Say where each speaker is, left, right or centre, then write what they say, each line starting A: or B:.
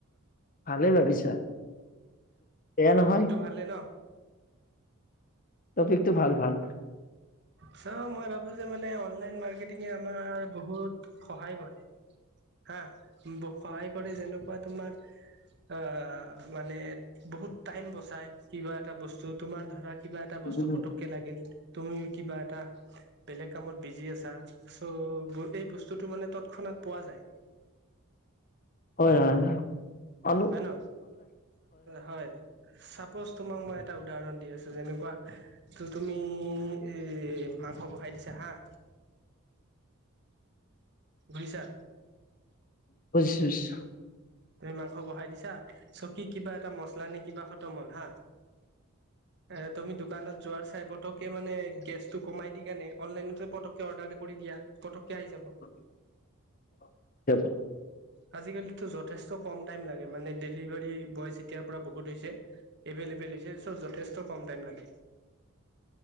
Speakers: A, on the left; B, on the right.
A: ভালেই ভাবিছা? বেয়া
B: টপিক
A: নহয়
B: টো ভালে ন।
A: পিকটো ভাল ভাল।
B: চ মই ভাবো যে মানে অনলাইন মাৰ্কেটিঙে আমাৰ বহুত সহায় কৰে। হা সহায় কৰি যেনেকুৱা তোমাৰ। অ' মানে বহুত টাইম বচাই কিবা এটা বস্তু তোমাৰ ধৰা। কিবা এটা বস্তু
A: উম,
B: পতককে লাগিল তুমি কিবা এটা বেলেগ কামত বিজি আছা। চ' এই বস্তুটো মানে তৎক্ষণাত পোৱা যায়।
A: হয় হয়। অন
B: হয় ন হয় চাপজ তোমাক মই। এটা উদাহৰণ দি আছো যেনেকুৱা ত তুমি এ মাংস বহাই দিছা হাঁ। ঘৰিছা?
A: বোজিছো বোজিছো?
B: তুমি মাংস বহাই দিছা। চকী কিবা এটা মচলা নে কিবা খত মল হা এ তুমি দু। দোকানত যোৱাৰ চাই পতককে মানে গেছ টো কমাই দি কোনে অনলাইনতে পটককে অৰ্ডাৰ কৰি দিয়া পটককে। পটকে আহি যাব।
A: <unintelligible>
B: আজিকালিতটো যথেষ্ট কম টাইম লাগে মানে ডেলিভাৰী বয়জ যেতিয়াৰ পৰা বহুত হৈছে। এভেইলেবল হৈছে চ যথেষ্ট কম টাইম লাগে।